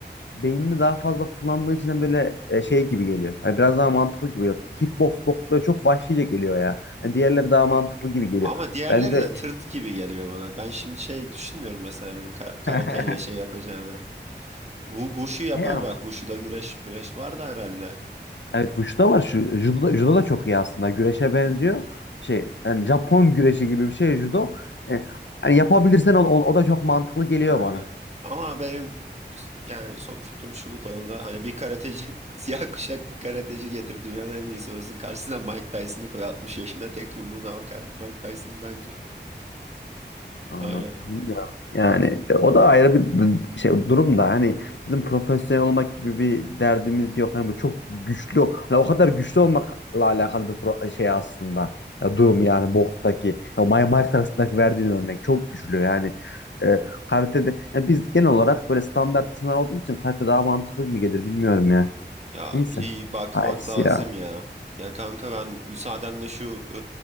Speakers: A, on the left; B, on the right.
A: beynini daha fazla kullandığı için böyle e, şey gibi geliyor Hani biraz daha mantıklı gibi geliyor kickbox box böyle çok vahşice geliyor ya Hani diğerleri daha mantıklı gibi geliyor
B: Ama diğerleri
A: ben de
B: de tırt gibi geliyor bana. Ben şimdi şey düşünmüyorum mesela birinin ka- karateyle
A: <laughs>
B: şey yapacağını. Wu- Wushu yapar
A: diğer ne
B: bak. Wushu'da güreş güreş var da herhalde.
A: Evet Wushu'da var. Şu, judo, da, judo da çok iyi aslında. Güreşe benziyor. Şey yani Japon güreşi gibi bir şey judo. E, yani yapabilirsen o, o, o da çok mantıklı geliyor
B: Öyle.
A: bana.
B: Ama benim s- yani son fikrim şu bu konuda. Hani bir karateci <laughs> siyah kuşak bir karateci getir dünyanın en iyisi olsun. Karşısına Mike Tyson'ı koy 60 yaşında tek yumruğuna bakar. Mike Tyson bence.
A: Anladım.
B: Hala.
A: Bilmiyorum. Yani e, o da ayrı bir d- şey durum da hani bizim profesyonel olmak gibi bir derdimiz yok. Hani bu çok güçlü hani o kadar güçlü olmakla alakalı bir pro- e, şey aslında. Ya durum yani bokstaki ya Mike Mike Tyson'daki verdiğin örnek çok güçlü yani. E, karatede yani biz genel olarak böyle standart insanlar olduğumuz için karate daha mantıklı mı gelir bilmiyorum ya.
B: Ya
A: Neyse.
B: bir bakmak
A: Hayırlısı
B: lazım
A: ya.
B: ya. Ya kanka ben müsaadenle şu